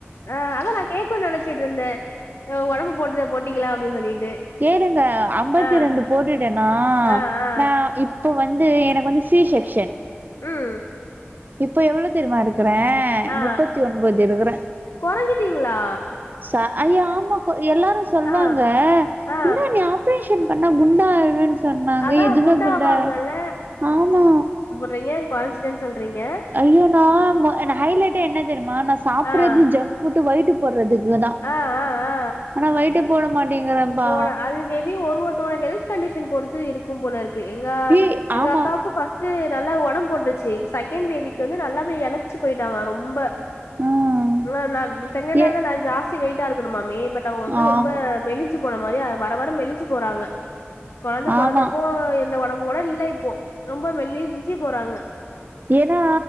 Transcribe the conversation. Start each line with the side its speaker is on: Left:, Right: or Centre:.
Left: ஆ அதா நா கேக்குன் நெனச்சிட்ருந்த அஹ் ஒடம்பு போட்டு போட்டீங்களா அப்டி சொல்லிட்டு
Right: கேளுங்க அம்பத்தி
Left: ஆ
Right: ரெண்டு போட்டுட்டேனா
Left: ஆ ஆ
Right: நா இப் போ வந்து எனக்கு வந்து ஷி ஷெக்ஷன்
Left: ம்
Right: இப்போ எவ்வளோ தெரியுமா இருக்குறே
Left: ஆ
Right: முப்பத்தி ஒன்போது இருக்குற
Left: கொறஞ்சிட்டீங்களா
Right: ச ஐயா ஆமா கோ எல்லாரு சொல்வாங்க
Left: ஆ ஆ
Right: இந்தா நீ ஆ ப்ரேஷன் பண்ணா குண்டாய்ருவேன் சொன்னாங்க
Left: அதா
Right: எதுமே
Left: குண்டாவாங்கல்ல
Right: குண்டா ஆமா
Left: றீங்க கொறஞ்சிட்டன் சொல்றீங்க
Right: ஐயே நா மோ என ஹைலைட்டே என்ன தெரியுமா நா சாப்புடுறது
Left: ஆ
Right: ஜங் ஃபுட்டு வயிட்டு போடுறதுக்கு தா
Left: ஆ ஆ ஆ
Right: ஆனா வயிட்டே போட மாட்டீங்குறன்ப்பா
Left: போலா அது மேபி ஒரு ஒருத்தவுங்க ஹெல்த் கண்டிஷன் பொறுத்து இருக்கும் போல இருக்கு எங்க
Right: ஏ
Left: எங்க
Right: ஆமா
Left: அக்காக்கு ஃபர்ஸ் ட்டு நல்லா ஒடம் போட்ருச்சு செகேண்ட் பேபிக்கு வந்து நல்லா அப்டியே எழச்சு போயிட்டாங்க ரொம்ப
Right: ம்
Left: நல்ல நா ப்ரெங்னன்டா
Right: ஏ
Left: இருந்தா நா ஜாஸ்தி வெயிட்டா இருக்கணுமாமே பட் அவுங்க வந்து
Right: ஆமா
Left: ரொம்ப மெலிஞ் மாரி வர வர மெலிஞ்சி போறாங்க கொழந்த பொறந்தப்போ
Right: ஆமா
Left: போ இருந்த ஒடம்பு கூட இல்ல இப்போ ரொம்ப மெலிஞ்சி போறாங்க
Right: ஏனா